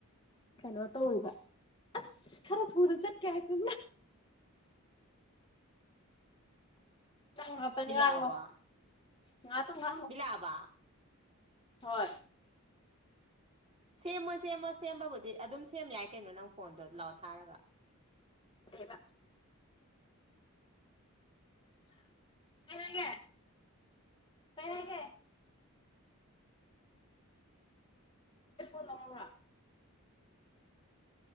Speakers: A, on the left (about 20°); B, on the right (about 25°).
A: ꯀꯩꯅꯣ ꯇꯧꯜꯕ ꯑꯁ ꯈꯔ ꯊꯔ ꯆꯠ ꯀ ꯀ ꯇ ꯉꯉꯣ
B: ꯃꯤꯂꯥꯕ
A: ꯉ ꯇ ꯉꯥꯡꯉꯣ
B: ꯃꯤꯂꯥꯕ
A: ꯍꯣꯏ
B: ꯁꯦꯝꯃꯣ ꯁꯦꯝꯃꯣ ꯁꯦꯝꯕꯕꯨꯗꯤ ꯑꯗꯨꯝ ꯁꯦꯝ ꯌꯥꯏ ꯀꯩꯅꯣ ꯅꯪ ꯐꯣꯟꯗꯣ ꯂꯥꯛꯑꯣ ꯊꯥꯔꯒ
A: ꯀꯕꯥ ꯑ ꯀꯒꯦ ꯀꯔꯒꯦ ꯑ ꯂ ꯋꯥ